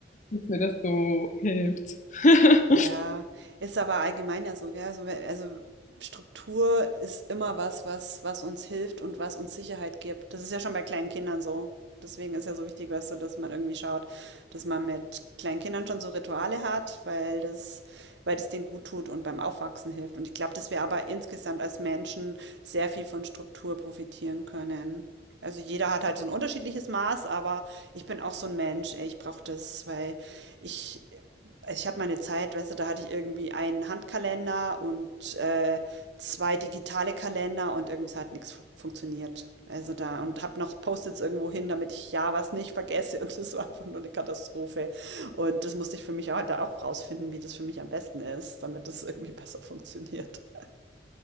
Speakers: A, on the left (about 45°); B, on the right (about 80°).
A: dass mir das so hilft. <laughs>
B: Ja, ist aber allgemein ja so, gell? So, we- also Struktur ist immer was, was, was uns hilft und was uns Sicherheit gibt. Das ist ja schon bei kleinen Kindern so. Deswegen ist ja so wichtig, weißt du, dass man irgendwie schaut, dass man mit kleinen Kindern schon so Rituale hat, weil das, weil das denen gut tut und beim Aufwachsen hilft. Und ich glaube, dass wir aber insgesamt als Menschen sehr viel von Struktur profitieren können. Also jeder hat halt so ein unterschiedliches Maß, aber ich bin auch so ein Mensch, ey, ich brauche das, weil ich ich habe meine Zeit, weißt du, da hatte ich irgendwie einen Handkalender und äh, zwei digitale Kalender und irgendwie es hat nichts fu funktioniert. Also da und habe noch Post-its irgendwo hin, damit ich ja was nicht vergesse <laughs> und das war einfach nur eine Katastrophe. Und das musste ich für mich auch, da auch rausfinden, wie das für mich am besten ist, damit das irgendwie besser funktioniert. <laughs>